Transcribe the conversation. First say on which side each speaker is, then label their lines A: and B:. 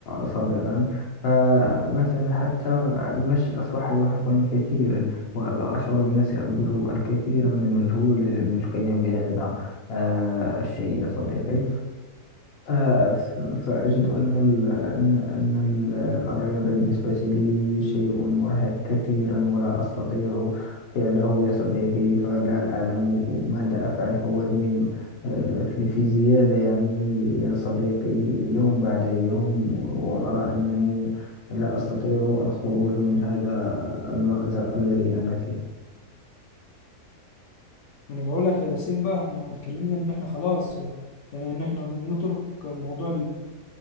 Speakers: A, on the left (about 45°); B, on the left (about 65°).
A: سابقا فمثلا حتى المشي أصبح يرهقني كثيرا وأشعر بنفسي أبذل الكثير من المجهود للقيام بهذا آه، الشيء يا صديقي ف- ف- فأجد أن ال أن أن ال الرياضة بالنسبة لي شيء مرهق كثيرا ولا أستطيع فعله يا صديقي فلا أعلم ماذا أفعل فوزني آه، في في زيادة يعني يا صديقي يوم بعد يوم وأرى أنني لا أستطيع الخروج من هذا المأزق الذي أنا فيه
B: أنا بقول لك يا ياسين بقى إحنا اتكلمنا إن إحنا خلاص بقى. يعني إن إحنا نترك موضوع